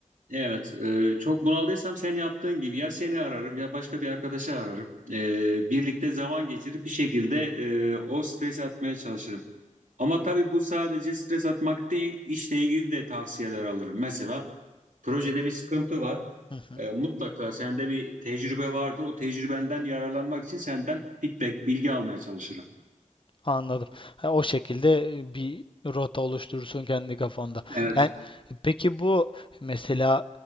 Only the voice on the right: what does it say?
Evet, e, çok bunaldıysam sen yaptığın gibi ya seni ararım ya başka bir arkadaşı ararım. E, birlikte zaman geçirip bir şekilde e, o stresi atmaya çalışırım. Ama tabii bu sadece stres atmak değil, işle ilgili de tavsiyeler alırım. Mesela projede bir sıkıntı var.
E, mutlaka sende bir tecrübe vardır. O tecrübenden yararlanmak için senden feedback, bilgi almaya çalışırım.
Evet.